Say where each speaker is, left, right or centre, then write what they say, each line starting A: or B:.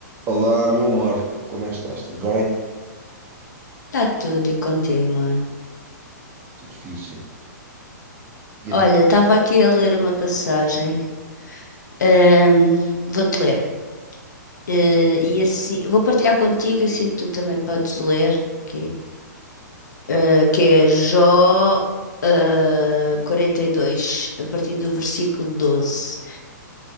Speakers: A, on the right; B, on the left.
A: Olá, meu amor, como é que estás? Tudo bem?
B: Tá tudo e contigo, mano.
A: Tudo fixe. E então,
B: Olha, estava aqui a ler uma passagem. Ahm, vou-te ler. Eh, e assim, vou partilhar contigo, assim tu também podes ler, que, eh, que é Jó, eh, 42 a partir do versículo doze